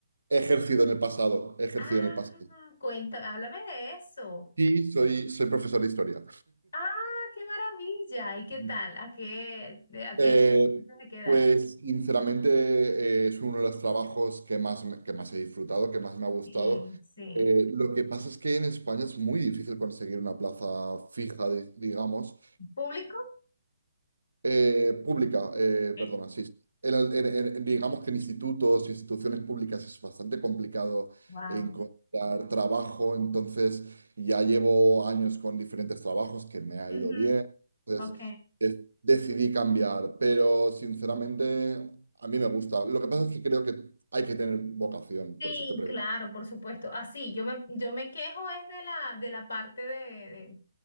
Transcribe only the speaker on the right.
he ejercido en el pasado, he ejercido
en el pasado.
Sí, soy, soy profesor de historia.
<laughs>
Eh,
pues sinceramente eh, es uno de los trabajos que más, me- que más he disfrutado, que más me ha gustado.
Eh, lo que pasa es que en España es muy difícil conseguir una plaza fija, di- digamos,
eh, pública, eh,
perdona, sí. sí. En el- en- en- en- digamos que en institutos, instituciones públicas es bastante complicado
encontrar trabajo, entonces ya llevo años con diferentes trabajos que me ha
ido bien, entonces
de- decidí cambiar, pero sinceramente a mí me gusta. Lo que pasa es que creo que hay que tener vocación,
por eso te pregunto.